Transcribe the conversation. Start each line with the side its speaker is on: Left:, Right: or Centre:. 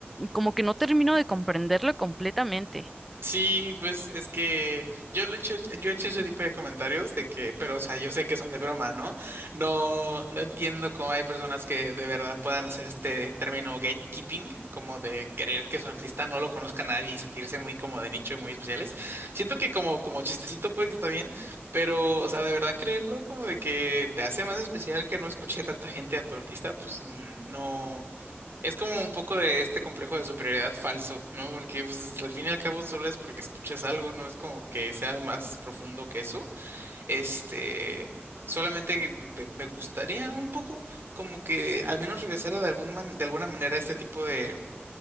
Centre: como que no termino de comprenderlo completamente.
Right: Sí, pues es que yo lo he hecho, yo he hecho ese tipo de comentarios de que, pero o sea, yo sé que son de broma, ¿no? No, no entiendo cómo hay personas que de verdad puedan hacer este término gatekeeping, como de querer que su artista no lo conozca nadie y sentirse muy como de nicho y muy especiales. Siento que como, como chistecito puede que está bien, pero, o sea, de verdad creerlo como de que te hace más especial que no escuche tanta gente a tu artista, pues mm, no. Es como un poco de este complejo de superioridad falso, ¿no? Porque pues, al fin y al cabo solo es porque escuchas algo, no es como que sea más profundo que eso. Este, solamente que me me gustaría un poco como que al menos regresara de algún man- de alguna manera a este tipo de